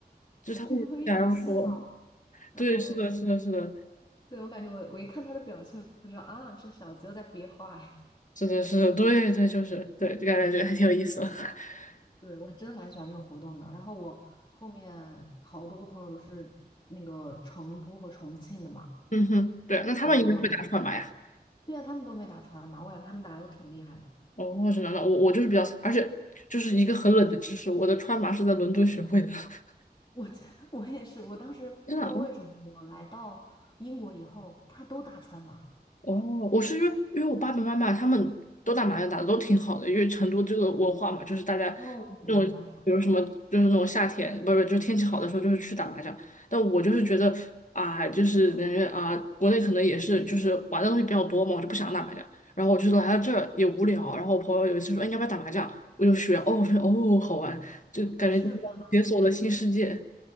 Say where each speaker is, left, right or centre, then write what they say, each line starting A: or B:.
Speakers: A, on the left (about 50°); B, on the left (about 30°).
A: 就是他会想要说，
B: <laughs> 他会一直笑，然后
A: 对，是的，是的，是的，
B: 对我感觉我我一看他的表情，我就知道啊，这小子又在憋坏。
A: 是的，是的，对对，就是对，就感觉还挺有意思的。<laughs>
B: 对，我还真蛮喜欢这个活动的。然后我后面好多朋友都是那个成都和重庆的嘛，
A: 嗯哼，对啊，那他们应该会打出来吧呀？
B: 然后我对啊，他们都会打川麻，我感觉他们打的都挺厉害的。
A: 哦，我只能了，我我就是比较，而且就是一个很冷的知识，我的川麻是在伦敦学会的。<laughs>
B: 我这 <laughs> 我也是，我当时不知道为什么，
A: 真的，
B: 我来到英国以后，大家都打川麻。
A: 哦，我是因为因为我爸爸妈妈他们都打麻将打的都挺好的，因为成都这个文化嘛，就是大家那种比如什么就是那种夏天，
B: 哦，我明白，
A: 不是就天气好的时候就是去打麻将。但我就是觉得啊，就是感觉啊，国内可能也是就是玩的东西比较多嘛，我就不想打麻将。然后我就来到这儿也无聊，然后我朋友有一次说，哎，你要不要打麻将？我就学，哦，我说哦，好玩，就感觉就是解锁了新世界。
B: 是吧？